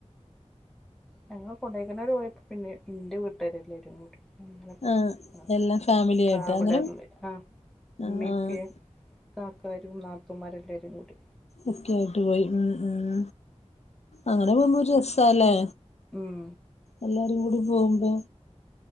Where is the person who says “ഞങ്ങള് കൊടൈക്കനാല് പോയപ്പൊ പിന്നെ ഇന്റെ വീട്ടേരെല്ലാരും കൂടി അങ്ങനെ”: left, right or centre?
Centre